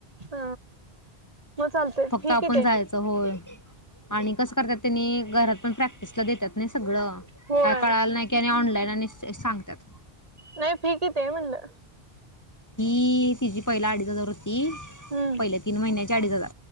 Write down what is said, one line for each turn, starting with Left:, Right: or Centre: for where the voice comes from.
Right: ह मग चालते
Left: फक्त
Right: ठीक
Left: आपण
Right: आहे ते
Left: जायचं होय. आणि कसं करतात त्यांनी घरात पण प्रॅक्टिसला देतात नाही सगळं
Right: होय
Left: काय कळाला नाही की आणि ऑनलाईन आणि सांगत्यात
Right: नाही फी किती ये म्हणलं
Left: ही तिझी पहिला अडीच हजार
Right: हम्म
Left: पहिले तीन महिन्याचे अडीच हजार